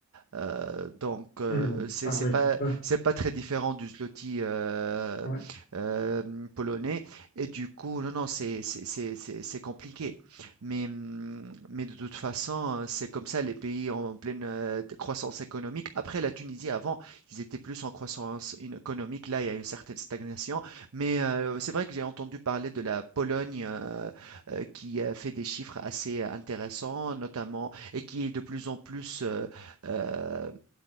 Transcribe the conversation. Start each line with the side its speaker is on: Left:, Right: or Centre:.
Right: Euh, donc, euh,
Left: Mhm.
Right: c'est
Left: Ah
Right: c'est
Left: oui,
Right: pas,
Left: c'est ça.
Right: c'est pas très différent du zloty euh,
Left: Ouais.
Right: euh, polonais. Et du coup, non, non, c'est c'est- c'est- c'est- c'est compliqué. Mais, hum, mais de toute façon, c'est comme ça, les pays en pleine euh, de- croissance économique. Après, la Tunisie, avant, ils étaient plus en croissance in- économique. Là, il y a une certaine stagnation. Mais euh, c'est vrai que j'ai entendu parler de la Pologne euh, euh, qui a fait des chiffres assez intéressants, notamment, et qui est de plus en plus. euh, Heu,